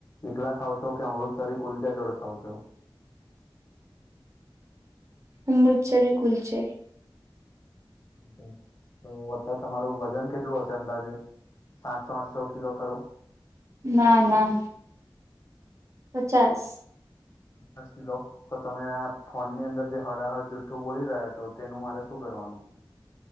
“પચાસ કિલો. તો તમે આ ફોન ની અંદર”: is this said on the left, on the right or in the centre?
Left